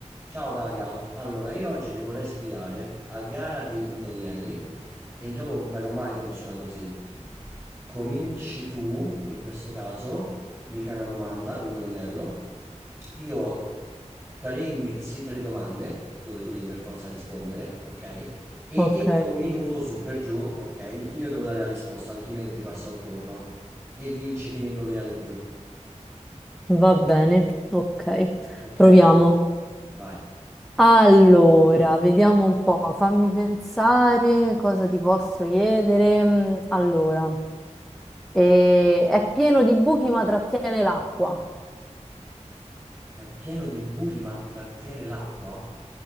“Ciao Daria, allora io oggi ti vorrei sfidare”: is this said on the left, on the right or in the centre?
Right